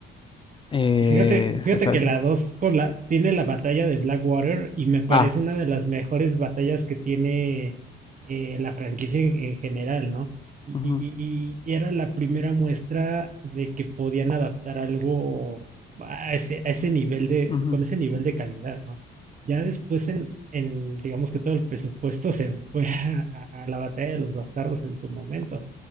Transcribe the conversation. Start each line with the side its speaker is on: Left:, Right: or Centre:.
Left: Eh,
Right: Fíjate, fíjate
Left: está
Right: que
Left: difícil.
Right: la 2 con la, tiene la batalla de Blackwater y me parece
Left: Ah,
Right: una de las mejores batallas que tiene eh, la franquicia en, en general, ¿no? Y,
Left: ujú,
Right: y- y- y era la primera muestra de que podían adaptar algo a ese, a ese nivel de,
Left: ujú.
Right: con ese nivel de calidad, ¿no? Ya después en, en, digamos que todo el presupuesto se fue <laughs> a, a- a la batalla de los bastardos en su momento.